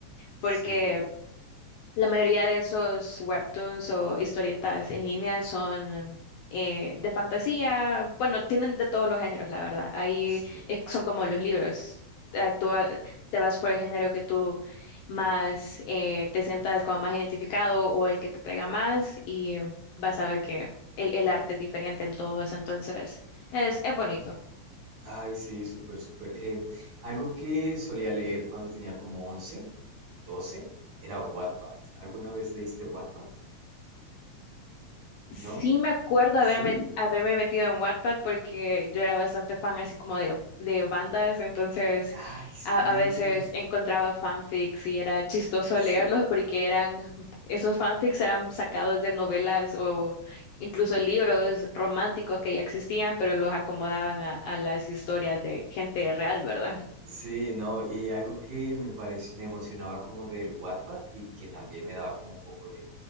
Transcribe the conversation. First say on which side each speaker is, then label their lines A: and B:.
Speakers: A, on the left; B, on the right.
A: porque
B: Sí,
A: La mayoría de esos webtoons o historietas en línea son eh, de fantasía, bueno, tienen de todos los géneros, la verdad. Ahí
B: sí.
A: es- son como los libros. Eh, Tú a- te vas por el género que tú más eh, te sientas como más identificado o el que te traiga más y vas a ver que el, el arte es diferente en todos, entonces es, es bonito.
B: Ay, sí, súper, súper. Eh, algo que solía leer cuando tenía como 11, 12, era Wattpad. ¿Alguna vez leíste Wattpad?
A: Sí
B: ¿No?
A: me acuerdo
B: ¿Sí?
A: haberme, haberme metido en Wattpad porque yo era bastante fan así como de, de bandas, entonces
B: Ay, sí.
A: a, a veces encontraba fanfics y era chistoso
B: Sí.
A: leerlos porque eran, esos fanfics eran sacados de novelas o incluso libros románticos que ya existían, pero los acomodaban a, a las historias de gente real, ¿verdad?
B: Sí, no, y algo que me parec- me emocionaba como del Wattpad y que también me daba como un poco de,